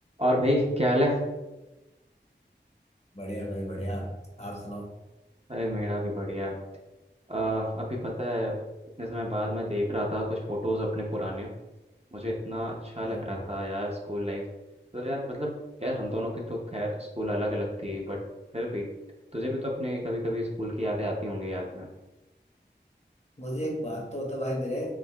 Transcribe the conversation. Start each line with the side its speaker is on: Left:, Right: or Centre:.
Right: और भाई क्या हाल है
Left: बढ़िया भाई बढ़िया आप सुनाओ
Right: अरे मेरा भी बढ़िया अ, अभी पता है इतने समय बाद मैं देख रहा था कुछ फोटोज अपने पुराने मुझे इतना अच्छा लग
Left: हाँ
Right: रहा
Left: हाँ
Right: था यार स्कूल लाइफ तो यार मतलब यार हम दोनों की तो खैर स्कूल अलग अलग थी बट फिर भी तुझे भी तो अपने कभी कभी स्कूल की यादें आती होंगी याद में
Left: मुझे एक बात तो बता भाई मेरे